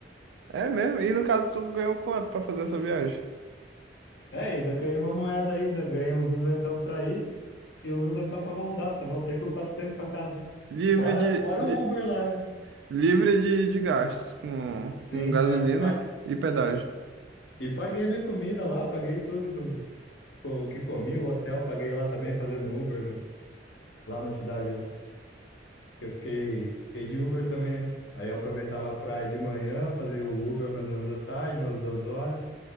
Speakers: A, on the right; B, on the left.
A: É mesmo? E no caso tu ganhou quanto pra fazer essa viagem?
B: É, ainda ganhei uma moeda ainda, ganhei uns duzentão pra ir e uns duzentão pra voltar. Só voltei com 400 pra casa.
A: Livre
B: Fora,
A: de,
B: fora
A: de-
B: o Uber lá, né?
A: livre de, de gastos com,
B: Sim,
A: com gasolina
B: é. pa-
A: e pedágio.
B: E paguei minha comida lá, paguei tudo com, com o que comi, o hotel, paguei lá também fazendo Uber no- lá na cidade lá. Eu fiquei, fiquei de Uber também, né? Aí eu aproveitava a praia de manhã, fazia o Uber mais ou menos à tarde, umas duas horas.